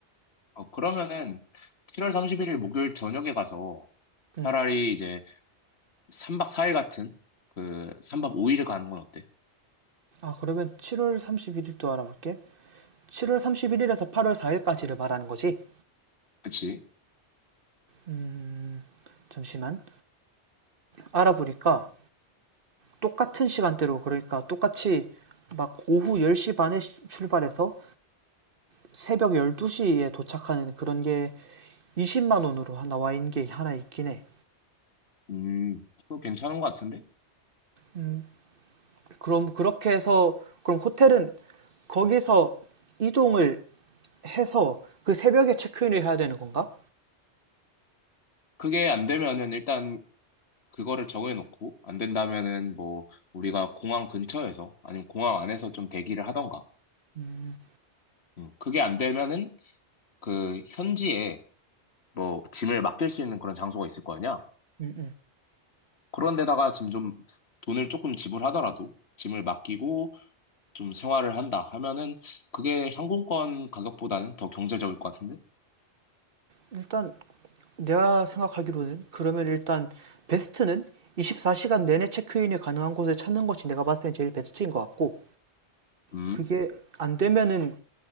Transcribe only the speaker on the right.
음.
아, 그러면 7월 31일도 알아볼게. 7월 31일에서 8월 4일까지를 말하는 거지?
음, 잠시만. 알아보니까 똑같은 시간대로, 그러니까 똑같이 막 오후 10시 반에 출발해서 새벽 12시에 도착하는 그런 게 20만 원으로 하나 와인 게 하나 있긴 해.
음, 그럼 그렇게 해서 그럼 호텔은 거기서 이동을 해서 그 새벽에 체크인을 해야 되는 건가?
음,
음, 음.
일단 내가 생각하기로는 그러면 일단 베스트는 24시간 내내 체크인이 가능한 곳을 찾는 것이 내가 봤을 때 제일 베스트인 것 같고
그게 안 되면은